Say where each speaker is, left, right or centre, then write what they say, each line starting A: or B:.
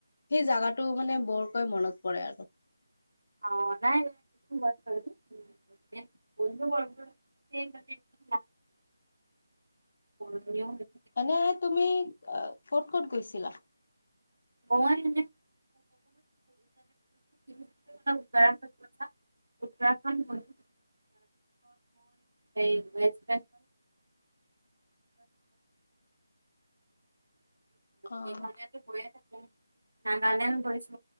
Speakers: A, on the left; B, on the right.
A: সেই জাগাটো মানে বৰকৈ মনত পৰে আৰু।
B: অ নাই <unintelligible> <unintelligible>
A: এনে তুমি ক'ত ক'ত গৈছিলা?
B: মই <unintelligible> যেতিয়া ক'লা উত্তৰাখণ্ড গৈছা <unintelligible> সেই <unintelligible>
A: অ
B: মেঘালয়তে গৈয়ে থাকে নাগালেণ্ড গৈছো